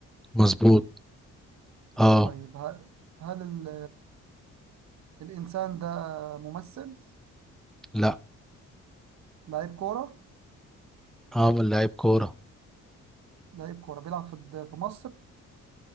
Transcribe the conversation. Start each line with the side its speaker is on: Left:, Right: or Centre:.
Centre: مظبوط أه
Right: طيب ه- هل ال الإنسان ده ممثل
Centre: لا
Right: لعيب كورة
Centre: أه من لعيب كورة
Right: لعيب كورة بيلعب في الد- في مصر